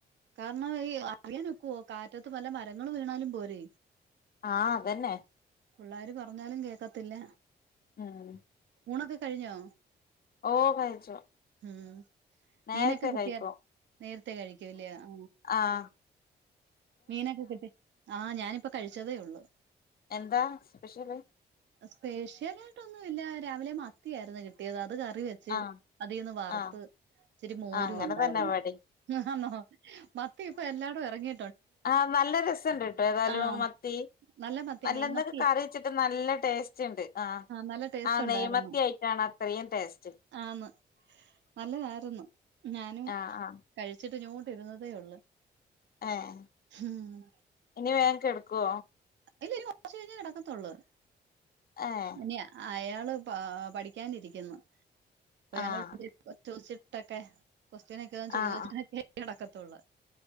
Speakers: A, on the right (about 85°); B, on the left (about 55°).
A: കാരണം ഈ അറിയാനിക്കുവോ കാറ്റത്ത് പല മരങ്ങള് വീണാലും പോരേ
B: ആഹ അതന്നെ
A: പിള്ളോര് പറഞ്ഞാലും കേൾക്കത്തില്ല.
B: ഉം
A: ഊണൊക്കെ കഴിഞ്ഞോ?
B: ഓ കഴിച്ചു
A: ഉം
B: നേരത്തെ
A: മീനൊക്കെ കിട്ടിയാ
B: കഴിക്കും
A: നേരത്തെ കഴിക്കൂല്ലെ ആ
B: ആഹാ
A: മീനൊക്കെ കിട്ടി ആഹ് ഞാനിപ്പോ കഴിച്ചതേ ഉള്ളു.
B: എന്താ സ്പെഷ്യല്?
A: സ്പെഷ്യൽ ആയിട്ടൊന്നു ഇല്ല രാവിലെ മത്തിയായിരുന്നു കിട്ടിയത്. അത് കറി വെച്ച ച്ച്
B: ആഹ്
A: അതീന്ന് വറുത്ത്
B: ആഹ്
A: ഇച്ചിരി മോരും
B: ആഹ് അങ്ങനെ
A: ഉണ്ടായിന്
B: തന്നെ ഇവടേം
A: അന്നോ മത്തി ഇപ്പൊ എല്ലാരടും ഇറങ്ങി
B: ആഹ നല്ല രസം ഉണ്ട് കേട്ടോ ഏതായാലും
A: ആഹ്
B: മത്തി
A: നല്ല മത്തിയ
B: അല്ല
A: നെയ്മത്തി
B: ഇന്നൊക്കെ കറിവെച്ചിട്ട് നല്ല ടേസ്റ്റ്ണ്ട്, ആഹ്
A: നല്ല ടേസ്റ്റ്
B: ആഹ്
A: ഉണ്ടായിരുന്നു
B: നെയ്മത്തി ആയിട്ടാണ് അ ത്രയും ടേസ്റ്റ്
A: ആന്ന് നല്ലതായിരുന്നു. ഞാന്
B: ആഹ് ആഹ്
A: കഴിച്ചിട്ട് ങ്ങോട്ടിരുന്നതേ ഉള്ളു.
B: ആഹ ഹാ
A: ഹം
B: ഇനി വേം കെടുക്കുവോ?
A: ഇല്ല ഇനി കൊർച്ച് കഴിഞ്ഞേ കെടക്കത്തൊള്ള്
B: ഏഹ്
A: ഇനി അയാള് പഠിക്കാനിരിക്കുന്നു ഒരാൾ
B: ആഹ്
A: <inaudible> കൊച്ചിലൊക്കെ കൊക്സ്റ്റിനൊക്കെന്ന് ഞാൻ ചോദിച്ചക്കെ
B: ആഹ്
A: കിടക്കത്തുള്ളൂ